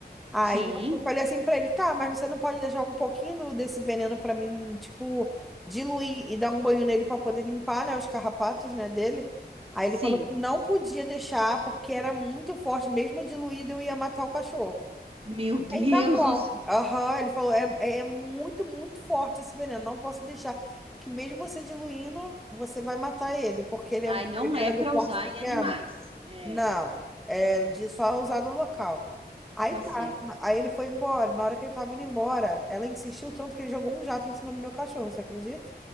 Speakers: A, in the centre; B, on the right.
A: Aí
B: Sim,
A: eu falei assim pra ele, tá, mas você não pode deixar um pouquinho do- desse veneno pra mim, tipo, diluir e dar um banho nele pra poder limpar, né, os carrapatos, né, dele. Aí
B: sim.
A: ele falou que não podia deixar porque era muito forte, mesmo diluído eu ia matar o cachorro.
B: Meu Deus,
A: Aí tá bom. Aham, ele falou, é, é é muito, muito forte esse veneno, não posso deixar. Que mesmo você diluindo, você vai matar ele, porque ele,
B: Ai,
A: é- ele
B: não
A: era
B: é para
A: do porte
B: usar
A: pequeno.
B: em animais. É.
A: Não, é de só usar no local. Aí
B: Tá
A: tá,
B: certo.
A: aí ele foi embora. Na hora que ele tava indo embora, ela insistiu tanto que ele jogou um jato em cima do meu cachorro, você acredita?